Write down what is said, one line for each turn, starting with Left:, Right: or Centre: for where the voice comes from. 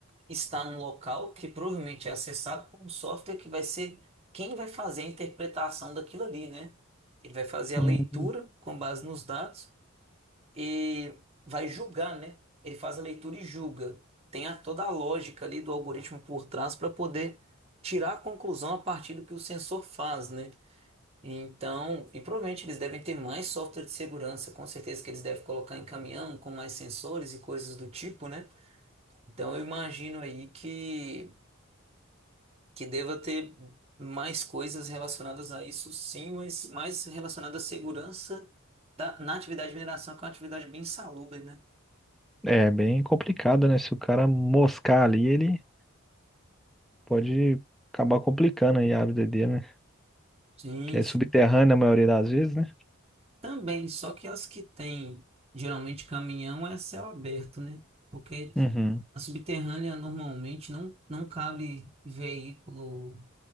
Right: estar num local que provavelmente é acessado por um software que vai ser quem vai fazer a interpretação daquilo ali, né? Ele vai fazer a
Centre: Hum,
Right: leitura com base nos dados e vai julgar, né? Ele faz a leitura e julga. Tem a, toda a lógica ali do algoritmo por trás para poder tirar a conclusão a partir do que o sensor faz, né? Então, e provavelmente eles devem ter mais software de segurança, com certeza que eles devem colocar em caminhão com mais sensores e coisas do tipo, né? Então eu imagino aí que, que deva ter mais coisas relacionadas a isso, sim, mas mais relacionadas à segurança da, na atividade de mineração, que é uma atividade bem insalubre, né?
Centre: É bem complicado, né? Se o cara moscar ali, ele pode acabar complicando aí a vida dele, né?
Right: Sim,
Centre: Que é
Right: sim.
Centre: subterrânea a maioria das vezes, né?
Right: Também, só que as que têm geralmente caminhão é céu aberto, né? Porque
Centre: Uhum,
Right: a subterrânea normalmente não, não cabe veículo